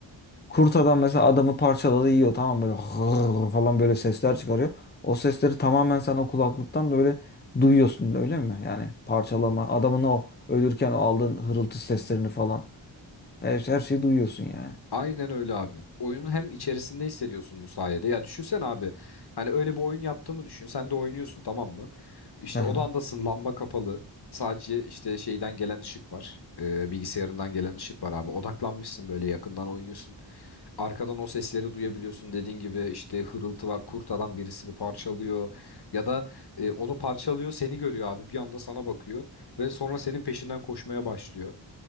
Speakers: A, on the left; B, on the left.
A: kurt adam mesela adamı parçaladı yiyor tamam mı? böyle <laughs> hırr falan böyle sesler çıkarıyor. O sesleri tamamen sen o kulaklıktan da öyle duyuyorsun öyle mi? Yani parçalama adamın o ölürken o aldığın hırıltı seslerini falan her, her şeyi duyuyorsun yani.
B: Aynen öyle abi. Oyunun hem içerisinde hissediyorsun bu sayede. Ya düşünsen abi. Hani öyle bir oyun yaptığımı düşün. Sen de oynuyorsun tamam mı? İşte
A: Aha.
B: odandasın lamba kapalı. Sadece işte şeyden gelen ışık var. Ee, bilgisayarından gelen ışık var abi. Odaklanmışsın böyle yakından oynuyorsun. Arkadan o sesleri duyabiliyorsun. Dediğin gibi işte hırıltı var. Kurt adam birisini parçalıyor. Ya da e, onu parçalıyor seni görüyor abi. Bir anda sana bakıyor. Ve sonra senin peşinden koşmaya başlıyor.